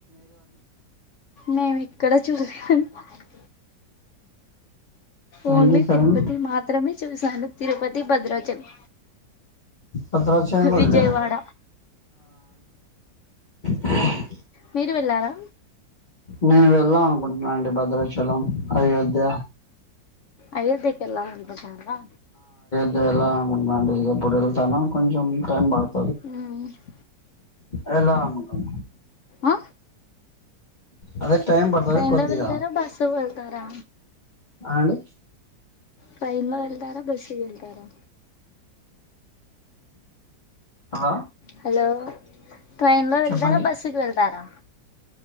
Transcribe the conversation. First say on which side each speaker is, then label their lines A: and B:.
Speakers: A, on the left; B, on the left.
A: మేంఇక్కడ చూ <unintelligible> ఓన్లీ
B: ఏం చూశారండి
A: తిరుపతి మాత్రమే చూసాను తిరుపతి బద్రాచలం
B: భద్రాచలం కూడా
A: విజయవాడ
B: వెళ్ళారండి ఆ <unintelligible>
A: మీరు వెళ్ళారా
B: నేను వెళ్దాం అనుకుంటున్నా అండి భద్రాచలం అయోధ్య
A: అయోధ్య వెళ్ళామనుకుంటున్నారా
B: ఎలా అనుకుటన్ నండీ ఎపుడు వెళ్తానో కొంచెం టైం పడుత
A: ఉ
B: వెళ్ళాలనుకుంటున్నా
A: ఆ
B: అదే టైం పడుతది
A: ట్రైన్లో
B: కొద్దిగా
A: వెళ్తారా బస్ కు వెళ్తారా
B: అండి
A: ట్రైన్లో వెళ్తారా బస్ కు వెళ్తారా
B: హలో
A: హలో ట్రైన్ లో వెళ్తారా
B: చెప్పండి
A: బస్సుకి వెళ్తారా